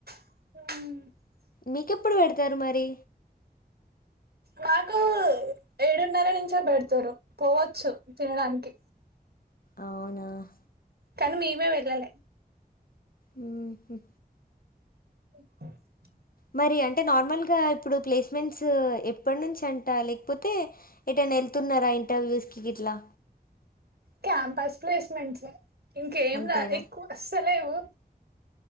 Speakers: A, on the right (about 75°); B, on the left (about 60°).
A: ఊ <unintelligible>
B: మీకెప్పుడు పెడతారు మరి
A: మాకూ ఏడున్నర నించే పెడతారు పోవచ్చు. తినడానికి
B: అవునా <inaudible>
A: కానీ మేమె వెళ్ళలే
B: మ్మ్
A: <inaudible>
B: మరి అంటే నార్మల్గా ఇప్పుడు ప్లేస్మెంట్స్. ఎప్పటి నుంచి అంటా, లేకపోతే ఏటైనా వెళ్తున్నారా ఇంటర్వ్యూస్ కి గట్లా.
A: క్యాంపస్ ప్లేస్మెంట్స్ ఇంకేం
B: అంతేనా?
A: రాలె ఎక్కువ వస్తలేవు